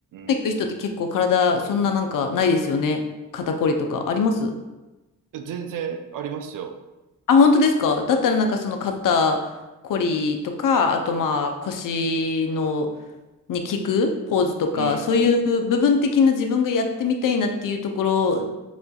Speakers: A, on the left; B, on the right.
A: 行く人って結構体、
B: ん
A: そんななんかないですよね。肩こりとか。あります
B: うん。全然ありますよ。
A: あ、本当ですかだったらなんかその肩こりとか、あとまあ腰のに効くポーズとか、
B: うん。
A: そういう部分的な自分がやってみたいなっていうところ